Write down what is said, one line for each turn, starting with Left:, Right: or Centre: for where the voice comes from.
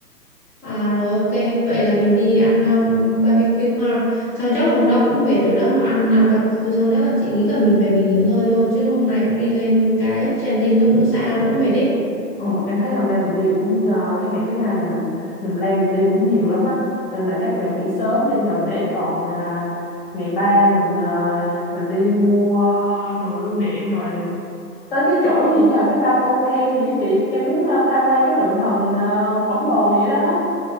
Centre: À, rồi ok, vậy là mình đi ăn ờ, barbecue ha. Xong chắc là hôm đó cũng mệt rồi đó, ăn ăn barbecue xong chắc là chị nghĩ là mình về mình nghỉ ngơi thôi chứ hôm nay cũng đi lên cái Genting nó cũng xa nó cũng mệt ấy.
Left: Ồ, em thấy hôm nay mình đi cũng ờ, cái ngày thứ hai là mình mình plan mình đi cũng nhiều lắm á nên là chắc về nghỉ sớm đi rồi để còn à, ngày ba mình à, mình đi mua Ờ, đồ lưu niệm rồi tới cái chỗ gì nhờ cái Batu Cave gì đó chị em muốn ờ, tham quan cái tượng thần ờ, khổng lồ gì đó đó